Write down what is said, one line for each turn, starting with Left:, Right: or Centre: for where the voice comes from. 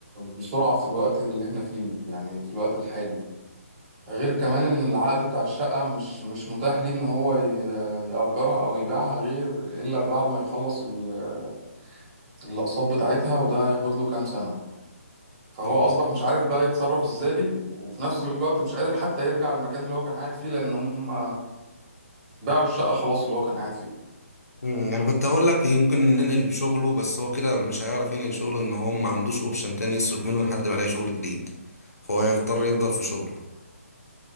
Right: بسرعه في الوقت اللي احنا فيه يعني في الوقت الحالي غير كمان ان العقد بتاع الشقه مش مش متاح ليه ان هو ي- آه، يأجرها او يبيعها غير الا بعد ما يخلص ال- آه، الاقساط بتاعتها وده هياخد له كام سنه فهو
Left: اه.
Right: اصبح مش عارف بقى يتصرف ازاي وفي نفس الوقت مش قادر حتى يرجع المكان اللي هو كان قاعد فيه لان هم باعوا الشقة خلاص اللي هو كان قاعد فيه
Left: مم، انا كنت هقول لك يمكن ننقل شغله بس هو كده مش هيعرف ينقل شغله ان هو ما عندوش اوبشن تاني يصرف منه لحد ما يلاقي شغل جديد فهو يضطر يفضل في شغله